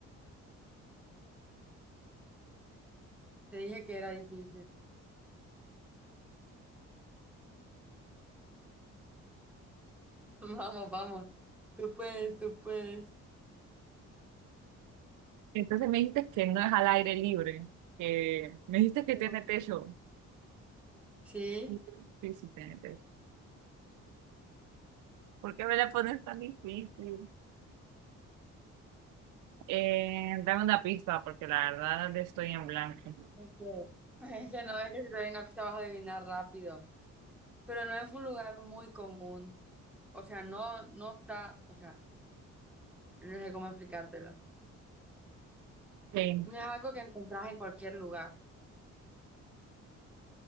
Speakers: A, in the centre; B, on the right (about 80°).
A: Te dije que era difícil. <laughs> Vamos, vamos. Tú puedes, tú puedes.
B: Entonces me dijiste que no es al aire libre, que me dijiste que
A: No.
B: tiene techo.
A: Sí.
B: Sí, sí, sí tiene techo. ¿Por qué me la pones tan difícil? Eh, dame una pista, porque la verdad estoy en blanco.
A: Es que, es que no, es que si te doy una pista vas a adivinar rápido. Pero no es un lugar muy común. O sea, no, no está, o sea, no sé cómo explicártelo.
B: Sí.
A: No es algo que encontrás en cualquier lugar.